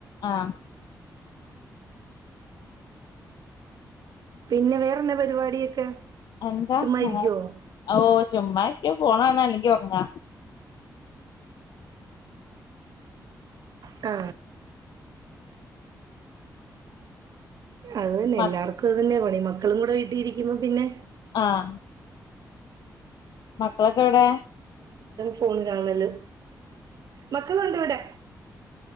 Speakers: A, on the left (about 85°); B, on the right (about 65°).
A: ആഹ്
B: പിന്നെ വേറെന്നാ പരിപാടിയൊക്കെ
A: എന്താ
B: ചുമ്മാ ഇരിക്കുവോ
A: ഹ്ആ ഓ ചുമ്മാരിക്കും ഫോണാണല്ലെങ്കി ഒറ ആ
B: ഹ് അത് തന്നെ
A: മ
B: എല്ലാർക്കുഅത് തന്നെയാ പണി മക്കളും കൂടെ വീട്ടി ഇരിക്കുമ്പം പിന്നെ
A: ആഹ് മക്കളൊക്കെ എവിടേ
B: ഫോണ്കാണല് മക്കളൊണ്ട് ഇവിടെ